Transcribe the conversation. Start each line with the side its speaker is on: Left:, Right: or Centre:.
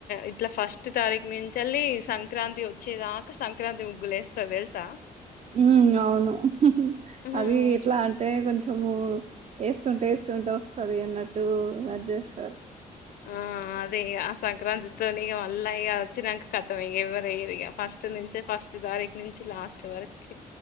Left: ఇట్లా ఫస్ట్ తారీఖ నుంచి తల్లి సంక్రాంతి వచ్చేదాకా సంక్రాంతి ముగ్గులే వేస్తారు తెలుసా
Right: ఉ అవును
Left: హ్మ్.
Right: అది ఎట్లా అంటే కొంచము వేస్తుంటే వేస్తుంటే వస్తుది అన్నట్టు అజ చేస్తారు
Left: ఆ అదేక ఆ సంక్రాంతితో ఇ మళ్ళీ ఇక వచ్చినాక కతం ఇక ఎవరుయ్యరు ఇక ఫస్ట్ నుంచే ఫస్ట్ తారీఖు నుంచి లాస్ట్ వరకు